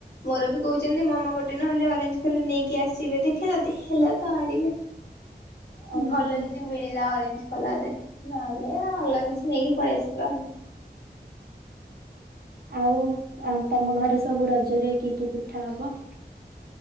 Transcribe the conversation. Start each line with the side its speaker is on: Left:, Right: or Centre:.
Left: ମୋର ବି କହୁଛନ୍ତି ମାମା ଗୋଟେ ନହେଲେ ଅରେଞ୍ଜ କ ନେଇକି ଆସିବେ। ଦେଖେ ଯଦି ହେଲା ତ ଆଣିବେ।
Right: <inaudible> ଓହୋ
Left: ଭଲ ଯଦି ମିଳିଲା ଅରେଞ୍ଜ କଲରରେ ନହେଲେ ଅଲଗା କିଛି ନେଇକି ପଳେଇ ଆସିବା ଆଉ।
Right: ଓହୋ ଆଉ ତମ ଘରେ ସବୁ ରଜରେ କି କି ପିଠା ହବ?